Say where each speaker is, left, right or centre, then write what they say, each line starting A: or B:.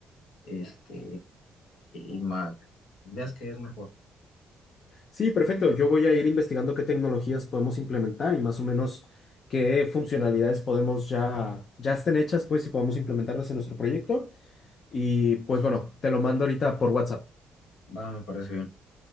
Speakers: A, on the left; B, on the left.
A: este, ima- veas que es mejor.
B: Sí, perfecto. Yo voy a ir investigando qué tecnologías podemos implementar y más o menos qué funcionalidades podemos ya, ya estén hechas, pues, y podemos implementarlas en nuestro proyecto. Y pues bueno, te lo mando ahorita por WhatsApp.
A: Va, me parece bien.